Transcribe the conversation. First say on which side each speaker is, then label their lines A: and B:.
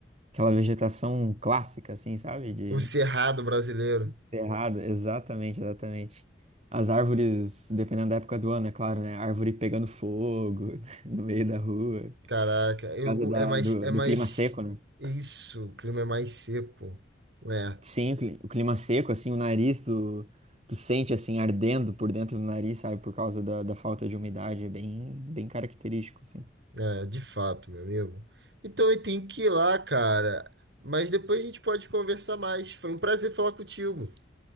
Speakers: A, on the right; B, on the right.
A: aquela vegetação clássica, assim, sabe? de
B: O Cerrado brasileiro.
A: Cerrado, exatamente, exatamente. As árvores, dependendo da época do ano, é claro, né? Árvore pegando fogo <laughs> no meio da rua,
B: Caraca, eu,
A: por causa da,
B: é mais,
A: do,
B: é mais.
A: do clima seco, né?
B: Isso, o clima é mais seco. É,
A: Sim, o cli- o clima seco, assim, o nariz, tu, tu sente, assim, ardendo por dentro do nariz, sabe? Por causa da, da falta de umidade, é bem, bem característico, assim.
B: é, de fato, meu amigo. Então eu tenho que ir lá, cara. Mas depois a gente pode conversar mais. Foi um prazer falar contigo.